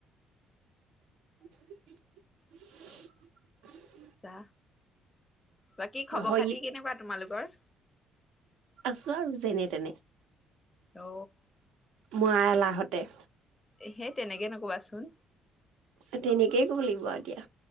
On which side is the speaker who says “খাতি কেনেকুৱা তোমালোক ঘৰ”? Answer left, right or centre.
Left